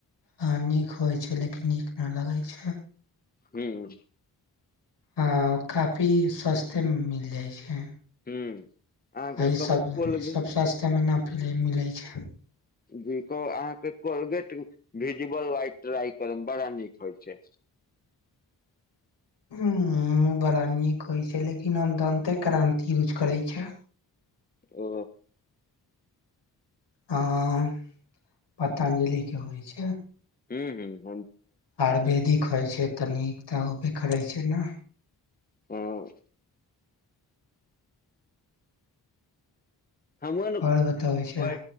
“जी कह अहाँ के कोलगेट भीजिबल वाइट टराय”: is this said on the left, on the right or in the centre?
Left